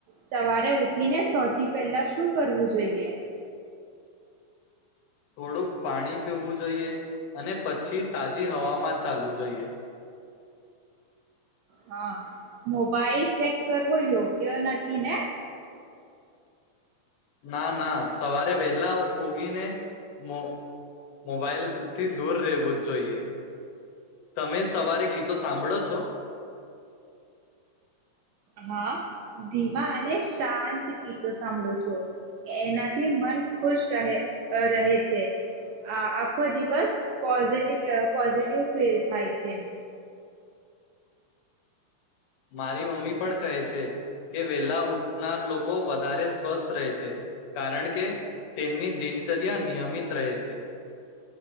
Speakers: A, on the right (about 85°); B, on the left (about 85°).
A: સવારે ઉઠીને સૌથી પહેલા શું કરવું જોઈએ?
B: થોડુંક પાણી પીવું જોઈએ અને પછી તાજી હવામાં ચાલવું જોઈએ.
A: હા, મોબાઈલ ચેક કરવો યોગ્ય નથી ને?
B: ના, ના સવારે વહેલા ઊંગીને મો મોબાઈલ થી દૂર રહેવું જ જોઈએ. તમે સવારે ગીતો સાંભળો છો?
A: હા ધીમા અને શાંત ગીતો સાંભળું છું. એનાથી મન ખુશ રહે અહ રહે છે. આખો દિવસ પોઝિટીવ પોઝિટિવ ફીલ થાય છે.
B: મારી મમ્મી પણ કહે છે કે વહેલા ઊઠનાર લોકો વધારે સ્વસ્થ રહે છે, કારણ કે તેમની દિનચર્યા નિયમિત રહે છે.